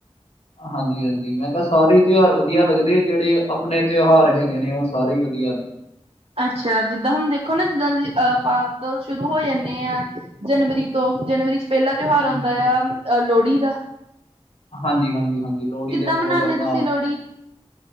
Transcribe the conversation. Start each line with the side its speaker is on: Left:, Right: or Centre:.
Left: ਹਾਂਜੀ ਹਾਂਜੀ ਮੈਂ ਕਿਹਾ ਸਾਰੇ ਹੀ ਤਿਉਹਾਰ ਵਧੀਆ ਲੱਗਦੇ ਜਿਹੜੇ ਆਪਣੇ ਤਿਉਹਾਰ ਹੈਗੇ ਨੇ ਉਹ ਸਾਰੇ ਹੀ ਵਧੀਆ ਨੇ
Right: ਅੱਛਾ ਜਿੱਦਾਂ ਹੁਣ ਦੇਖੋ ਨਾ ਜਿੱਦਾਂ ਦੀ ਅਹ ਆਪ ਤੋਂ ਸ਼ੁਰੂ ਹੋ ਜਾਂਦੇ ਹਾਂ ਜਨਵਰੀ ਤੋਂ ਜਨਵਰੀ ਚ ਪਹਿਲਾ ਤਿਉਹਾਰ
Left: ਹਾਂਜੀ
Right: ਆਉਂਦਾ ਆ ਅਹ ਲੋਹੜੀ ਦਾ
Left: ਹਾਂਜੀ ਹਾਂਜੀ ਹਾਂਜੀ ਲੋਹੜੀ
Right: ਕਿੱਦਾਂ
Left: ਤੇ ਬਹੁਤ
Right: ਮਨਾਉਂਦੇ
Left: ਆਪਣਾ
Right: ਤੁਸੀਂ ਲੋਹੜੀ?